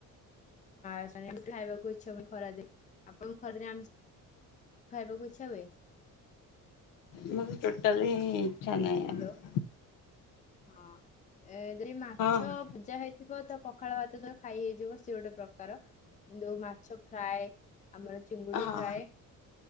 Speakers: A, on the left (about 25°); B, on the left (about 80°).
A: <inaudible> ଖାଇବାକୁ ଇଚ୍ଛା ହୁଏନିଆପଣଙ୍କୁ ଖରା ଦିନେ ଆମିଷ ଖାଇବାକୁ ଇଚ୍ଛା ହୁଏ।
B: ମୋର ଟୋଟାଲି ହି ଇଚ୍ଛା ନାହିଁ ଆ
A: ହ୍ୟାଲୋ ହଁ ଏ ଯଦି ମାଛ
B: ହଁ
A: ଭଜା ହେଇ ଥିବ ତ ପଖାଳ ଭାତ ସହ ଖାଇ ହେଇଯିବ ସିଏ ଗୋଟେ ପ୍ରକାର କିନ୍ତୁ ମାଛ ଫ୍ରାଏ ଆମର ଚିଙ୍ଗୁଡି
B: ହଁ
A: ଫ୍ରାଏ